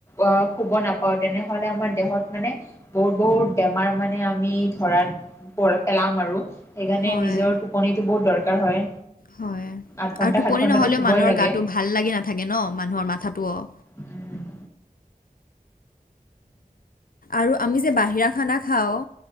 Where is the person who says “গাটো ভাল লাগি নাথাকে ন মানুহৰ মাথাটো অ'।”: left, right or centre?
Left